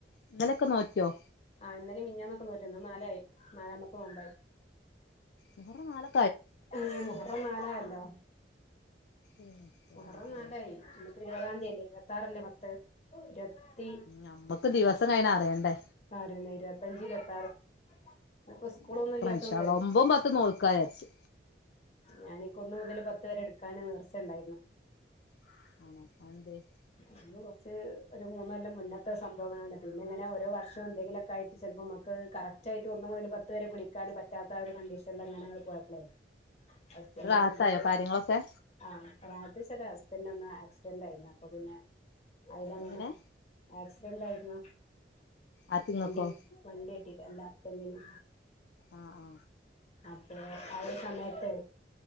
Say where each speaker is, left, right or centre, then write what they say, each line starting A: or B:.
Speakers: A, on the left; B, on the left.
A: ഇന്നലൊക്കെ നോറ്റിയോ
B: ഇന്നല്ലെ മിഞ്ഞാന്നും ഒക്കെ നോറ്റുണ്ടോ ഇന്ന് നാലായ് നാലാമത്തെ നോമ്പായി
A: മുഹറം നാലൊ
B: ഇന്ന് മുഹറം നാലായല്ലോ
A: ഏഹ് യാ
B: മുഹറം
A: റബ്ബേ
B: നാലായി ഇന്നിപ്പം ഇരുപതാന്തിയായില്ലെ ഇരുപത്താറല്ലെ പത്ത് ഇരുപത്തി
A: ഞമ്മക്ക് ദിവസം കഴിഞ്ഞ അറിയണ്ടേ
B: ആറെന്നെ ഇരുപത്തഞ്ച് ഇരുപത്താറ് ഇന്നിപ്പം സ്‌കൂളൊന്നും
A: നോൽക്കണം
B: ഇല്ലാത്തൊണ്ട്
A: ഇൻഷാ അള്ളാ ഒമ്പതും പത്തും നോൽക്കാ വിചാരിച്ച്
B: ഞാനിക്കൊന്നും മുതല് പത്തു വരെ എടുക്കാന് നേർച്ച ഉണ്ടായിന്നു
A: <inaudible>
B: അത് കുറച്ച് ഒര് മൂന്ന് കൊല്ലത്തെ മുമ്പത്തെ സംഭവാണ് പിന്നെങ്ങനെ ഓരോ വർഷവും എന്തെങ്കിലും ആയിട്ട് മ്ക്ക് അത് കററ്റ് ആയിട്ട് ഒന്നു മുതല്ല് പത്ത് വരെ പിടിക്കാന് പറ്റാത്ത ഒരു കണ്ടിഷന് അങ്ങനെ ആട്ട് പോയപ്പളെ <unintelligible>
A: റാഹത്തായോ കാര്യങ്ങളൊക്കെ
B: ആ ന്താച്ചാല് ഹസ്ബൻ്റ് ഒന്നു ആക്സിഡൻ്റ് ആയി അപ്പോ പിന്നെ അയിലങ്ങനെ
A: എങ്ങനെ
B: ആസ് വേണ്ടായിരുന്നു
A: ആർക്ക് ഇങ്ങക്കോ
B: വണ്ടി വണ്ടി തട്ടിട്ടല്ലെ ഹസ്ബൻ്റന്
A: ആ ആ
B: അപ്പം ആ ഒര് സമയത്ത്